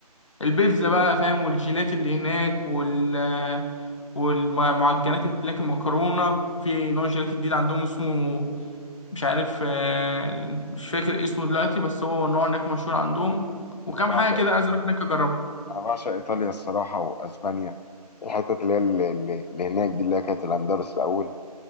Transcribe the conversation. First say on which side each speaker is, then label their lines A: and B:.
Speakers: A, on the left (about 50°); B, on the left (about 90°).
A: البيتزا بقى فاهم والجيلات اللي هناك وال والمعجنات اللي هناك المكرونة في نوع جيلاتي جديد عندهم اسمه مش عارف آه، مش فاكر اسمه دلوقتي بس هو نوع هناك مشهور عندهم وكم
B: أنا بعشق
A: حاجة كده عايز اروح هناك اجربها
B: انا بعشق ايطاليا الصراحه واسبانيا الحتت اللي هي اللي, اللي هناك دي اللي هي كانت الاندلس الاول